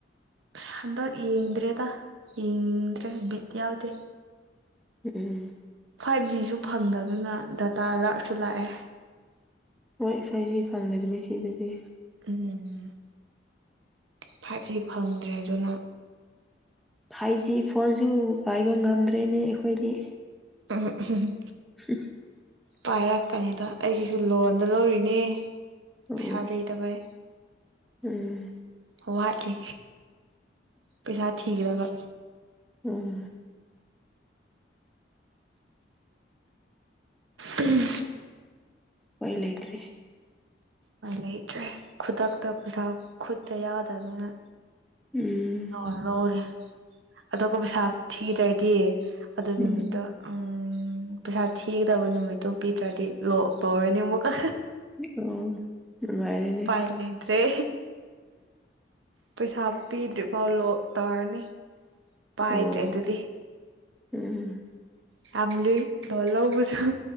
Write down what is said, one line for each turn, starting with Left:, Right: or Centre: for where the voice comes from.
Right: ꯍꯟꯗꯛ ꯌꯦꯡꯗ꯭ꯔꯦꯗ ꯌꯦꯡꯅꯤꯡꯗ꯭ꯔꯦ ꯕꯤꯠ ꯌꯥꯎꯗꯦ
Centre: ꯑꯝ
Right: ꯐꯥꯏꯚ ꯖꯤꯁꯨ ꯐꯪꯗꯕꯅ ꯗꯇꯥ ꯂꯥꯛꯁꯨ ꯂꯥꯛꯑꯦ
Centre: ꯋꯥꯏ ꯐꯥꯏꯚ ꯖꯤ ꯐꯪꯗꯕꯅꯤ ꯁꯤꯗꯗꯤ
Right: ꯎꯝ ꯐꯥꯏꯚꯁꯤ ꯐꯪꯗ꯭ꯔꯦ ꯑꯗꯨꯅ
Centre: ꯐꯥꯏꯚ ꯖꯤ ꯐꯣꯟꯁꯨ ꯄꯥꯏꯕ ꯉꯝꯗ꯭ꯔꯦꯅꯦ ꯑꯩꯈꯣꯏꯗꯤ
Right: ꯑꯝ
Centre: <unintelligible>
Right: ꯄꯥꯏꯔꯛꯀꯅꯤꯗ ꯑꯩꯒꯤꯁꯨ ꯂꯣꯟꯗ ꯂꯧꯔꯤꯅꯦ
Centre: ꯑꯣ
Right: ꯄꯩꯁꯥ ꯂꯩꯇꯕꯩ
Centre: ꯎꯝ
Right: ꯋꯥꯠꯂꯤ ꯄꯩꯁꯥ ꯊꯤꯈ꯭ꯔꯕ
Centre: ꯎꯝ
Right: ꯎꯝ
Centre: ꯍꯣꯏ ꯂꯩꯇ꯭ꯔꯦ
Right: ꯂꯩꯇ꯭ꯔꯦ ꯈꯨꯗꯛꯇ ꯄꯩꯁꯥ ꯈꯨꯠꯇ ꯌꯥꯎꯗꯕꯅꯤꯅ
Centre: ꯎꯝ
Right: ꯂꯣꯏ ꯂꯣꯏꯔꯦ ꯑꯗꯨꯒ ꯄꯩꯁꯥ ꯊꯤꯗ꯭ꯔꯗꯤ ꯑꯗꯨ ꯅꯨꯃꯤꯠꯇ
Centre: ꯎꯝ
Right: ꯑꯝ ꯎꯝ ꯄꯩꯁꯥ ꯊꯤꯒꯗꯕ ꯅꯨꯃꯤꯠꯇꯣ ꯄꯤꯗ꯭ꯔꯗꯤ ꯂꯣꯛ ꯇꯧꯔꯅꯦ ꯑꯃꯨꯛꯀ
Centre: ꯑꯣ ꯅꯨꯡꯉꯥꯏꯔꯦꯅꯦ
Right: ꯎꯄꯥꯏꯂꯩꯇꯔꯦ ꯄꯩꯁꯥ ꯄꯤꯗ꯭ꯔꯤꯐꯥꯎ ꯂꯣꯛ ꯇꯧꯔꯅꯤ ꯄꯥꯏꯗ꯭ꯔꯦ
Centre: ꯑꯣ
Right: ꯑꯗꯨꯗꯤ
Centre: ꯎꯝ
Right: ꯊꯝꯂꯤ ꯂꯣꯟ ꯂꯧꯕꯁꯨ